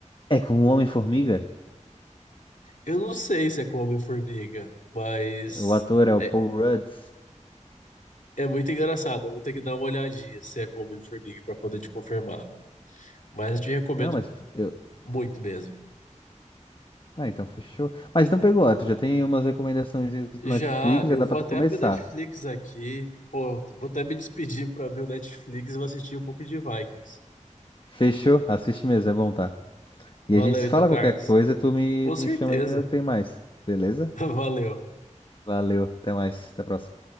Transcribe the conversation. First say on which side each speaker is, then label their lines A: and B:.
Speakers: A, on the left; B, on the left.
A: É com o Homem-Formiga?
B: Eu não sei se é com Homem-Formiga, mas
A: O ator é o
B: é,
A: Paul Rudd.
B: é muito engraçado. Eu vou ter que dar uma olhadinha se é com Homem-Formiga para poder te confirmar. Mas eu te recomendo
A: Não, mas eu.
B: muito mesmo.
A: Ah, então fechou. Mas então pegou, ó, tu já tem umas recomendações pro
B: Já,
A: Netflix,
B: eu
A: já dá
B: vou
A: pra
B: até
A: tu começar.
B: abrir o Netflix aqui. Pô, vou até me despedir para abrir o Netflix e vou assistir um pouco de Vikings.
A: Fechou? Assiste mesmo, é bom, tá? E
B: Valeu
A: a gente se
B: então,
A: fala
B: Carlos.
A: qualquer coisa, tu me,
B: Com
A: tu
B: certeza.
A: me chama e eu tenho mais. Beleza?
B: <laughs> Valeu.
A: Valeu, até mais, até a próxima.